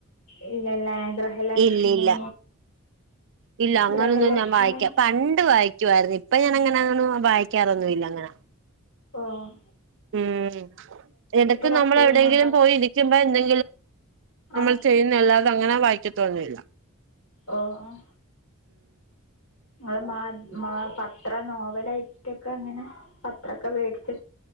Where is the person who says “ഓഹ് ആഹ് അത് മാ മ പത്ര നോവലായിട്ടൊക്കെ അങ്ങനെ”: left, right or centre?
Left